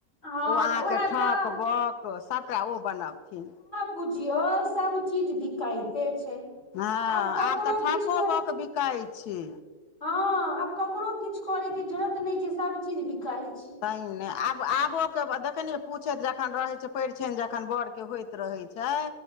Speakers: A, on the left (about 40°); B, on the left (about 85°).
A: हँ
B: ओ अहाँकेँ
A: तऽ उएह
B: ठक
A: तऽ
B: बक सभटा ओ बनबथिन
A: बुझियऔ सभ चीज बिकायते छै
B: हँं
A: ककरो
B: आब तऽ ठको
A: किछु कर
B: बाके बिकाइ छै
A: हँ आब ककरो किछु करे के जरत नहि छै सभ चीज बिकाइ छै
B: ताई ने आब आबोके देखैनि पूछैत जखन रहै छै। परिछनि जखन बड़के होइत रहैत छै